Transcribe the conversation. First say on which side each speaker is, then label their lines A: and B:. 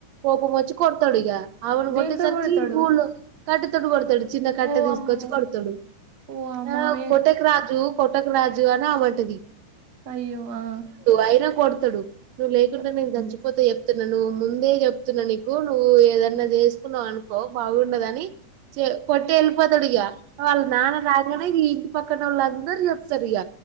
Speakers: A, on the right; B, on the right.
A: కోపం వచ్చి కొడతాడు ఇక ఆమెని
B: దేంతో
A: కొట్టేసరికి
B: గొడతాడు?
A: బోలో కట్టే తోటి కొడుతాడు చిన్న కట్టె
B: ఓ
A: తీసుకొచ్చి
B: అమ్మో!
A: కొడుతాడు
B: ఓ అమ్మో!
A: ఆ
B: ఆమె
A: కోట్టకు రాజు కొట్టకు రాజు అని ఆమె అంటది
B: అయ్యో ఆ
A: అయినా కొడుతడు నువ్వు లేకుండా
B: ఆ!
A: నేను చచ్చిపోత
B: అండి.
A: చేప్తున్న న్న నువ్ ముందే చెప్తున్నా నీకు నువ్వు ఏదన్నా చేసుకున్నావనుకో బాగుండదని చ్ కొట్టటి వెళ్ళిపోతాడు ఇగ వాళ్ళ నాన్న రాగానే ఇగ ఇంటి పక్కన వాళ్ళు అందరు చెప్తారు ఇగ